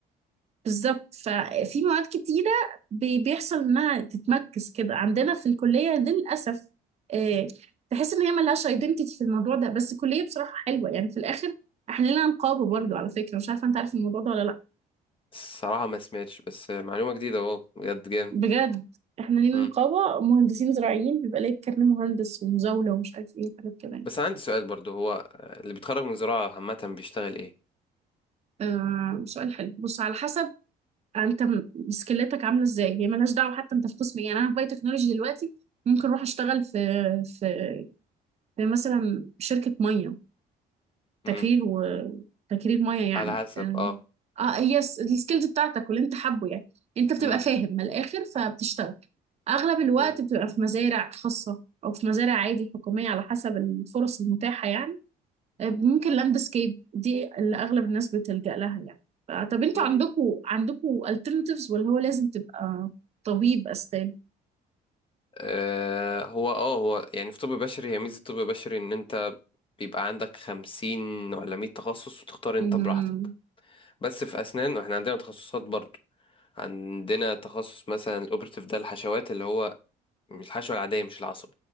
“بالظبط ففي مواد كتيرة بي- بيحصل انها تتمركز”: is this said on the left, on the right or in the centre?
Right